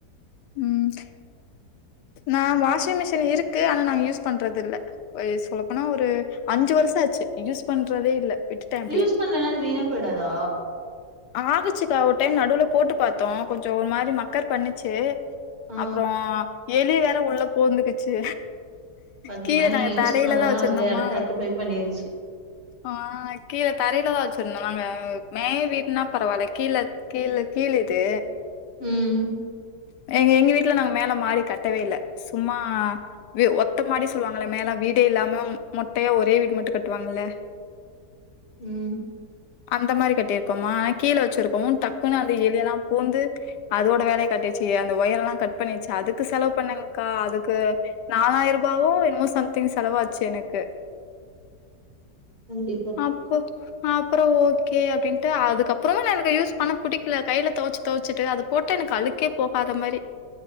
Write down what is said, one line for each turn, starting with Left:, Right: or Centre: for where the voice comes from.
Left: ம் நா வாஷிங் மிஷின் இருக்கு ஆனா நாங்க யூஸ் பண்றதுல்ல சொல்லப்போனா ஒரு அஞ்சு வருஷோ ஆச்சு யூஸ் பண்றதே இல்ல விட்டுட்டே அப்டியே
Right: யூஸ் பண்ணலனா அது வீணா போய்டாதா
Left: ஆகுச்சுக்கா ஒரு டைம் நடுவுல போட்டு பாத்தோ கொஞ்சோ ஒரு மாரி மக்கர் பண்ணிச்சு
Right: ஆ
Left: அப்றோ எலி வேற உள்ள பூந்துக்குச்சு
Right: பாத்தீங்களா?
Left: கீழ
Right: நீங்க
Left: நாங்க
Right: யூஸ்
Left: தரையில
Right: பண்ணதால
Left: தா வச்சிருந்தோமா
Right: அது இடத்த ஆக்குபை பண்ணிருச்சு.
Left: ஆ கீழ தரையில தா வச்சி <unintelligible> நாங்க மே வீடுனா பரவால்ல கீழ கீழ் கீழ் இது
Right: ம்
Left: எங்க எங்க வீட்டல நாங்க மேல மாடி கட்டவே இல்ல சும்மா ஒத்த மாடி சொல்வாங்கள்ல மேல வீடே இல்லாம மொட்டையா ஒரே வீடு மட்டும் கட்டுவாங்கல்ல
Right: ம்
Left: அந்த மாரி கட்டிருக் பாமா ஆனா கீழ வச்சிருக்ககோ டக்குனு அந்த எலி எல்லா பூந்து அதோட வேலய காட்டிச்சு தி அந்த ஒயர்லா கட் பண்ணிச்சு அதுக்கு செலவு பண்ணங்க்கா அதுக்கு நாலாயிரூபாவோ எனமோ சம்திங் செலவா ஆச்சு எனக்கு
Right: கண்டிப்பா
Left: அப்போ அப்றோ ஓ கே அப்டின்ட்டு அதுக்கப்புறமு நா எனக்கு யூஸ் பண்ண பிடிக்கல கைல துவச்சு துவச்சிட்டு அது போட்டு எனக்கு அழுக்கே போகாத மாரி